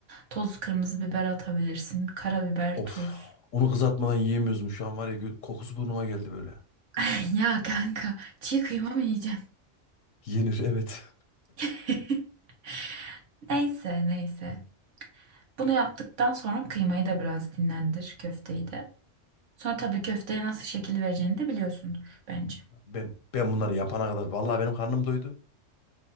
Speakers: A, on the right; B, on the left.
A: toz kırmızı biber atabilirsin. Karabiber,
B: Of.
A: tuz.
B: Onu kızartmadan yiyemiyoruz mu şu an var ya gö- kokusu burnuma geldi böyle.
A: <laughs> Ya kanka çiğ kıyma mı yiyeceksin?
B: Yenir evet.
A: <laughs> Neyse neyse. Bunu yaptıktan sonra kıymayı da biraz dinlendir köfteyi de. Sonra tabii köfteye nasıl şekil vereceğini de biliyorsundur bence.
B: Ben ben bunları yapana kadar vallahi benim karnım doydu.